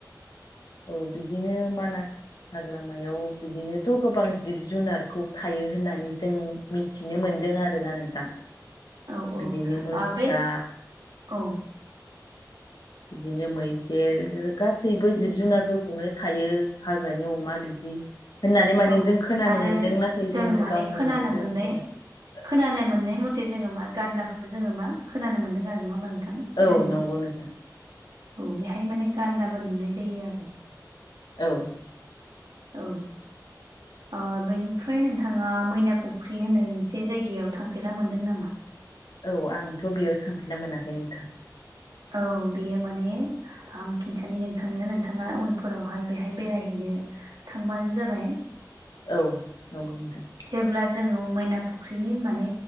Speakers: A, on the left; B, on the right.
A: औ बिदिनो मानास हाग्रामायाव बिदिनोथ' गोबां जिब जुनारखौ थायो होननानै जों मि थिनो मोनदों आरोना नोंथां।
B: औ औ
A: बिदिनो मोसा
B: आ बे औ
A: बिदिनो मैदेर गासैबो
B: उम
A: जिब जुनारफोर खौनो थायो हाग्रानि अमा बिदि होननानै माने
B: औ
A: जों खोनानो
B: आरो
A: मोन्दों नाथाय
B: जों
A: जोङो
B: माने
A: गावनि
B: खोनानो
A: मेगनजों
B: मोननाय
A: <inaudible>
B: खोनानो मोननाय मथे जोङो मा गान्दाखौ जोङो मा खोनानो मोनदों आरो नङा होमबा नोंथां?
A: औ
B: जों
A: नंगौ नोंथां
B: औ बेहाय माने गान्दाबो नुनाय जायो आरो।
A: औ
B: औ ओ बेनिफ्राय नोंथाङा मैनापुख्रि होननाय मोनसे जायगायाव थांफेरना मोनदों नामा?
A: औ आंथ' बेयाव थांफिनना मोनाखै नोंथां।
B: औ बेयो माने आं खिन्थानो नोंथांनो नोंथाङा उनफोरावहाय बेहाय बेरायहैनो थांबानो जाबाय।
A: औ नंगौ नोंथां
B: जेब्ला जोङो मैना फुख्रिनि माने